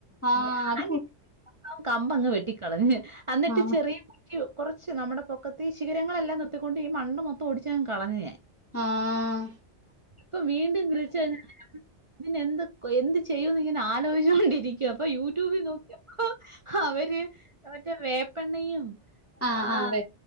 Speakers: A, on the left; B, on the right.
A: ആ
B: ഞാനി
A: അത് പു-
B: <unintelligible> കമ്പങ്ങ് വെട്ടിക്കളഞ്ഞ് അന്നിട്ട്
A: ആ
B: ചെറിയ ക്യു കൊറച്ച് നമ്മുടെ പൊക്കത്തി ശിഖരങ്ങളെല്ലാം നിർത്തിക്കൊണ്ട് ഈ മണ് മൊത്തം ഓടിച്ചങ്ങ് കളഞ് ഞാന്
A: ആഹ്
B: ഇപ്പൊ വീണ്ടും <unintelligible> ഇതിന് എന്തൊക് എന്ത് ചെയ്യുംന്ന് ഇങ്ങനെ ആലോയ്ച്ചോണ്ടിരിക്കുവാ അപ്പൊ യൂട്യൂബിൽ നോക്കിയോ അവര് മറ്റേ വേപ്പെണ്ണയും
A: ആ
B: ആഹ്
A: ആ അതെ.